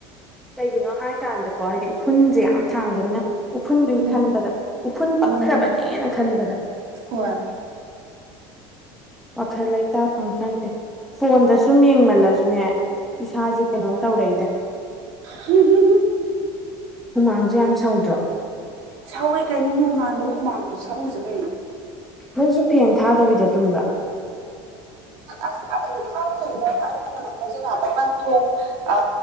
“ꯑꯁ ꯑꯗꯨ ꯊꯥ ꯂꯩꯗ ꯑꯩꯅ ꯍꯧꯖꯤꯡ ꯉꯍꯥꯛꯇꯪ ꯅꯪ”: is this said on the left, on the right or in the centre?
Right